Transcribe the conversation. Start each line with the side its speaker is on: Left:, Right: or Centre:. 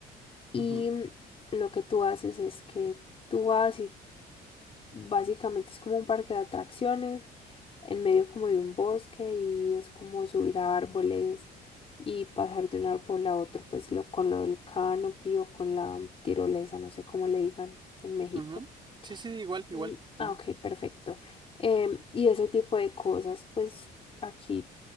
Left: Y
Right: ujú,
Left: mm, lo que tú haces es que tú vas Básicamente es como un parque de atracciones, en medio como de un bosque y es como subir a árboles y pasar de un árbol a otro, pues lo, con lo del canopy o con la tirolesa, no sé cómo le digan en México.
Right: ujú. Sí, sí, igual,
Left: Mm,
Right: igual.
Left: Ah,
Right: Ujú.
Left: ok, perfecto. Em, y ese tipo de cosas, pues aquí